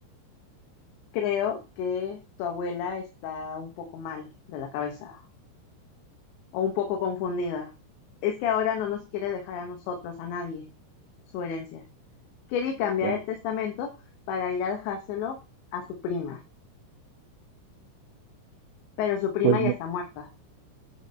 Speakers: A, on the left; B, on the right.
A: Creo que tu abuela está un poco mal de la cabeza o un poco confundida. Es que ahora no nos quiere dejar a nosotros, a nadie, su herencia. Quiere cambiar
B: Bueno,
A: el testamento para ir a dejárselo a su prima, pero su prima
B: pues,
A: ya
B: mi-
A: está muerta,